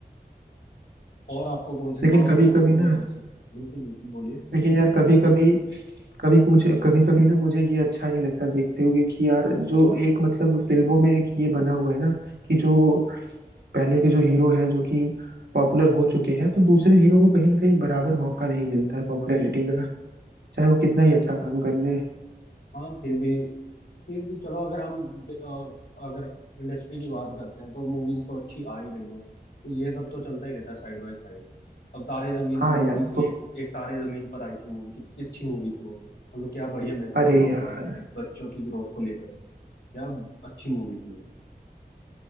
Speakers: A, on the left (about 85°); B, on the right (about 80°).
A: और आपको कौन सी
B: लेकिन
A: साउथ
B: कभी
A: की और
B: कभी
A: मूवी
B: ना
A: कौन सी बिल्कुल बिल्कुल बोलिए
B: लेकिन यार कभी कभी कभी मुझे कभी कभी ना मुझे ये अच्छा नहीं लगता देखते हुए कि यार जो एक मतलब फिल्मों में एक ये बना हुआ है ना कि जो पहले के जो हीरो हैं जो कि पॉपुलर हो चुके हैं तो दूसरे हीरो को कहीं ना कहीं बराबर मौका नहीं मिलता है पॉपुलैरिटी का चाहे वो कितना ही अच्छा काम कर ले
A: हाँ फिर भी फिर भी चलो अगर हम बे- अ, अगर इंडस्ट्री की बात करते हैं तो मूवीज तो अच्छी आ ही रही हैं तो ये सब तो चलता ही रहता है साइड बाय साइड अब तारे जमीन
B: हाँ
A: पर मूवी
B: यार देखो
A: थी एक एक तारे जमीन पर आई थी मूवी कितनी अच्छी मूवी थी वो मतलब क्या बढ़िया मैसेज
B: अरे
A: था
B: यार
A: उन्होंने बच्चों की ग्रोथ को लेकर क्या अच्छी मूवी थी वो